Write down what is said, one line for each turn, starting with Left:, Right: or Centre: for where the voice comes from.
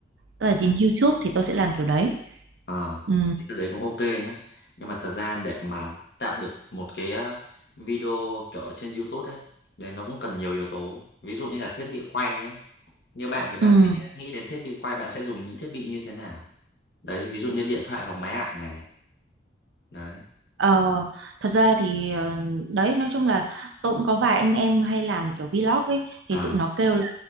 Right: tức là trên YouTube thì tôi sẽ làm kiểu đấy
Left: Ờ,
Right: ừ.
Left: thì cái đấy cũng ok nhá nhưng mà thật ra để mà tạo được một cái ờ, video kiểu ở trên YouTube ấy đấy nó cũng cần nhiều yếu tố ví dụ như là thiết bị quay nhé như bạn thì bạn
Right: Ừ.
Left: sẽ nghĩ đến thiết bị quay bạn sẽ dùng những thiết bị như thế nào đấy ví dụ như điện thoại hoặc máy ảnh này đấy
Right: Ờ, thật ra thì ờ, đấy nói chung là tôi cũng có vài anh em hay làm kiểu vlog ấy
Left: à
Right: thì tụi nó kêu là